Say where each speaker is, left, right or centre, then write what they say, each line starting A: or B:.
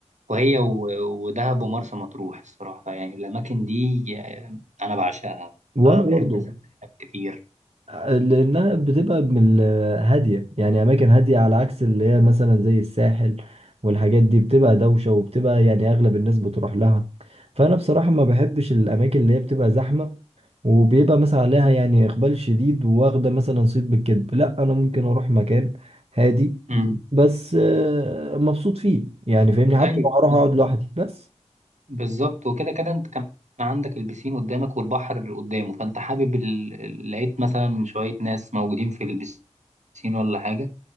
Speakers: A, on the right; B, on the right.
A: وهي و- ودهب ومرسى مطروح الصراحة يعني الأماكن دي آه، أنا بعشقها
B: وانا
A: فبحب
B: برضه
A: أسافر هناك كتير
B: لأنها بتبقى من ال- هادية يعني أماكن هادية على عكس اللي هي مثلا زي الساحل والحاجات دي بتبقى دوشة وبتبقى يعني أغلب الناس بتروح لها فأنا بصراحة ما بحبش الأماكن اللي هي بتبقى زحمة وبيبقى مثلا عليها يعني إقبال شديد وواخدة مثلا صيت بالكذب لا أنا ممكن أروح مكان هادي
A: امم
B: بس آه، مبسوط فيه يعني فاهمني حتى
A: أيوه
B: لو هروح أقعد لوحدي بس
A: بالظبط وكده كده انت كان عندك البسين قدامك والبحر قدامه فانت حابب ال... ال- لقيت مثلا شوية ناس موجودين في البسين ولا حاجة